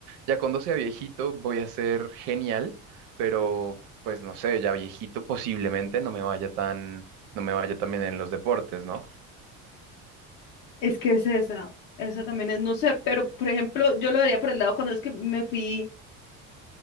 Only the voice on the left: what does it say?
Es que es esa, esa también es, no sé, pero por ejemplo, yo lo vería por el lado cuando es que me fui,